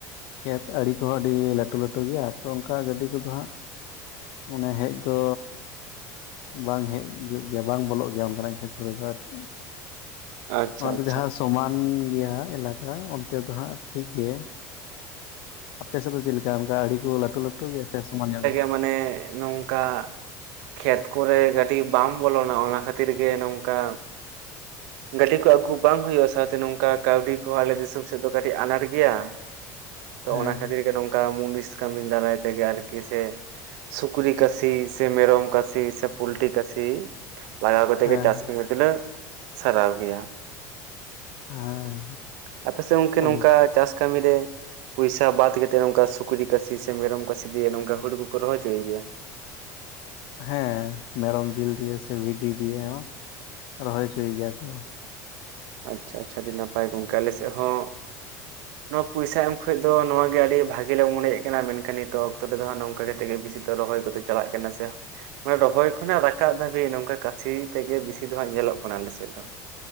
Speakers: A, on the left; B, on the right.
A: ᱠᱷᱮᱛ ᱟᱲᱮ ᱠᱚᱦᱚᱸ ᱟᱹᱰᱤ ᱞᱟᱹᱴᱩ ᱞᱟᱹᱴᱩ ᱜᱮᱭᱟ ᱛᱚ ᱚᱱᱠᱟ ᱜᱟᱹᱰᱤ ᱠᱚᱫᱚ ᱦᱟᱸᱜ ᱚᱱᱮ ᱦᱮᱡ ᱫᱚ ᱵᱟᱝ ᱦᱮᱡ ᱪᱩᱛ ᱜᱮᱭᱟ ᱵᱟᱝ ᱵᱚᱞᱚᱜ ᱜᱮᱭᱟ ᱚᱱᱠᱟᱱᱟᱜ ᱠᱷᱮᱛ ᱠᱚᱨᱮ ᱫᱚ ᱟᱨᱠᱤ ᱾
B: ᱟᱪᱪᱷᱟ
A: ᱚᱱᱟ
B: ᱟᱪᱪᱷᱟ
A: ᱫᱚ ᱡᱟᱦᱟᱸ ᱥᱚᱢᱟᱱ ᱜᱮᱭᱟ ᱮᱞᱟᱠᱟ ᱚᱱᱛᱮ ᱫᱚ ᱦᱟᱸᱜ ᱴᱷᱤᱠ ᱜᱮ ᱾ ᱟᱯᱮ ᱥᱮᱫ ᱫᱚ ᱪᱮᱫ ᱞᱮᱠᱟ ᱚᱱᱠᱟ ᱟᱹᱰᱤ ᱠᱚ ᱞᱟᱹᱴᱩ ᱞᱟᱹᱴᱩ ᱜᱮᱭᱟ ᱥᱮ ᱥᱚᱢᱟᱱ ᱧᱚᱜ ᱜᱮ?
B: ᱛ ᱢᱟᱱᱮ ᱱᱚᱝᱠᱟ ᱠᱷᱮᱛ ᱠᱚᱨᱮ ᱠᱟᱹᱴᱤᱡ ᱵᱟᱢ ᱵᱚᱞᱚᱱᱟ ᱚᱱᱟ ᱠᱷᱟᱹᱛᱤᱨ ᱜᱮ ᱱᱚᱝᱠᱟ ᱜᱟᱹᱰᱤ ᱠᱚ ᱟᱹᱜᱩ ᱵᱟᱝ ᱦᱩᱭᱩᱜᱼᱟ ᱥᱟᱶᱛᱮ ᱱᱚᱝᱠᱟ ᱠᱟᱹᱣᱰᱤ ᱠᱚᱦᱚᱸ ᱟᱞᱮ ᱫᱤᱥᱚᱢ ᱥᱮᱫ ᱫᱚ ᱠᱟᱹᱴᱤᱡ ᱟᱱᱟᱴ ᱜᱮᱭᱟ ᱾ ᱛᱚ
A: ᱦᱮᱸ
B: ᱚᱱᱟ ᱠᱷᱟᱹᱛᱤᱨ ᱜᱮ ᱱᱚᱝᱠᱟ ᱢᱩᱱᱤᱥ ᱠᱟᱹᱢᱤᱱ ᱫᱟᱨᱟᱭ ᱛᱮᱜᱮ ᱟᱨᱠᱤ ᱥᱮ ᱾ ᱥᱩᱠᱨᱤ ᱠᱟᱹᱥᱤ ᱥᱮ ᱢᱮᱨᱚᱢ ᱠᱟᱹᱥᱤ ᱥᱮ ᱯᱳᱞᱴᱤ ᱠᱟᱹᱥᱤ ᱾ ᱞᱟᱜᱟᱣ ᱠᱟᱛᱮᱫ
A: ᱦᱮᱸ
B: ᱜᱮ ᱪᱟᱥ ᱠᱟᱹᱢᱤ ᱛᱮᱞᱮ ᱥᱟᱨᱦᱟᱣ ᱜᱮᱭᱟ
A: ᱦᱮᱸ
B: ᱾ ᱟᱯᱮ ᱥᱮᱫ ᱜᱚᱝᱠᱮ
A: ᱦᱮᱸ
B: ᱱᱚᱝᱠᱟ ᱪᱟᱥ ᱠᱟᱹᱢᱤ ᱨᱮ ᱯᱚᱭᱥᱟ ᱵᱟᱫᱽ ᱠᱟᱛᱮ ᱱᱚᱝᱠᱟ ᱥᱩᱠᱨᱤ ᱠᱟᱹᱥᱤ ᱥᱤ ᱥᱮ ᱢᱮᱨᱚᱢ ᱠᱚ ᱥᱤᱫᱤᱭᱟ ᱱᱚᱝᱠᱟ ᱦᱳᱲᱳ ᱠᱚᱠᱚ ᱨᱚᱦᱚᱪᱚᱭ ᱜᱮᱭᱟ ᱾
A: ᱦᱮᱸ ᱢᱮᱨᱚᱢ ᱡᱤᱞ ᱫᱤᱭᱮ ᱥᱮ ᱵᱷᱤᱰᱤ ᱫᱤᱭᱮ ᱦᱚᱸ ᱨᱚᱦᱚᱭ ᱦᱚᱪᱚᱭ ᱜᱮᱭᱟ ᱠᱚ ᱾
B: ᱟᱪᱪᱷᱟ ᱟᱪᱪᱷᱟ ᱟᱹᱰᱤ ᱱᱟᱯᱟᱭ ᱜᱚᱝᱠᱮ ᱟᱞᱮ ᱥᱮᱫ ᱦᱚᱸ ᱱᱚᱣᱟ ᱯᱚᱭᱥᱟ ᱮᱢ ᱠᱷᱚᱡ ᱫᱚ ᱱᱚᱣᱟ ᱜᱮ ᱟᱹᱰᱤ ᱵᱷᱟᱜᱤ ᱞᱮ ᱢᱚᱱᱮᱫ ᱠᱟᱱᱟ ᱢᱮᱱᱠᱷᱟᱱ ᱱᱤᱛᱚᱜ ᱚᱠᱛᱚ ᱨᱮᱫᱚ ᱦᱟᱸᱜ ᱱᱚᱝᱠᱟ ᱠᱟᱛᱮ ᱜᱮ ᱵᱮᱥᱤ ᱫᱚ ᱨᱚᱦᱚᱭ ᱠᱚᱛᱮ ᱪᱟᱞᱟᱜ ᱠᱟᱱᱟ ᱥᱮ ᱾ ᱢᱟᱱᱮ ᱨᱚᱦᱚᱭ ᱠᱷᱚᱱᱟᱜ ᱨᱟᱠᱟᱵ ᱫᱷᱟᱹᱵᱤᱡ ᱱᱚᱝᱠᱟ ᱠᱟᱹᱥᱤ ᱛᱮᱜᱮ ᱵᱤᱥᱤ ᱫᱚ ᱦᱟᱸᱜ ᱧᱮᱞᱚᱜ ᱠᱟᱱᱟ ᱟᱞᱮᱥᱮᱫ ᱫᱚ ᱾